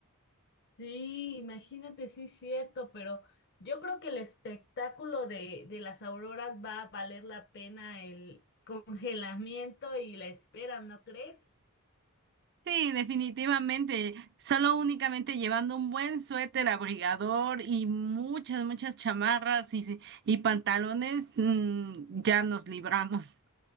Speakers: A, on the left; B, on the right.
A: Sí, imagínate, sí, cierto, pero yo creo que el espectáculo de, de las auroras va a valer la pena el <laughs> congelamiento y la espera, ¿no crees?
B: Sí, definitivamente. Solo únicamente llevando un buen suéter abrigador y muchas, muchas chamarras y, y pantalones, mm, ya nos libramos.